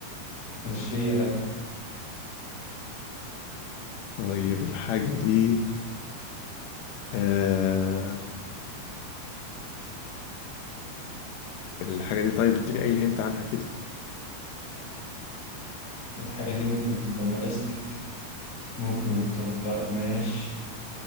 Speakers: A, on the left; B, on the left.
A: مش هي لأ
B: طيب الحاجة دي آه الحاجة دي طيب اديني أي هنت عنها كده
A: الحاجة دي ممكن تبقى بلاستيك ممكن تبقى قماش